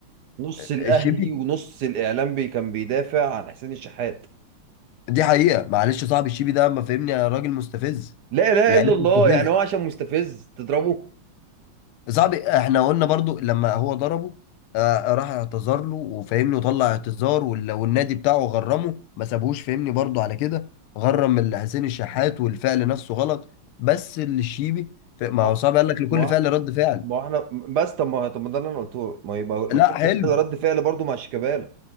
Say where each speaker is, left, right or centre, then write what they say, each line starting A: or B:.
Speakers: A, on the right (about 65°); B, on the left (about 85°).
A: نص الاهلي
B: الشيبي
A: ونص الاعلام بي كان بيدافع عن حسين الشحات
B: دي حقيقة معلش صاحب الشيبي ده ما فهمني يا راجل مستفز
A: لا لا
B: لعيب
A: الا الله
B: مستفز
A: يعني هو عشان مستفز تضربه
B: صاحبي احنا قلنا برضو لما هو ضربه آه راح اعتذر له وفهمني وطلع اعتذار وال- والنادي بتاعه غرمه ما سابهوش فهمني برضو على كده غرم ال- حسين الشحات والفعل نفسه غلط بس الشيبي ف- ما
A: ما
B: هو صعب قال لك لكل
A: ما
B: فعل رد فعل
A: ما احنا بس طب ما طب ما ده اللي انا قلته ما يبقى لكل
B: لا حلو
A: فعل رد فعل برضه مع شيكابالا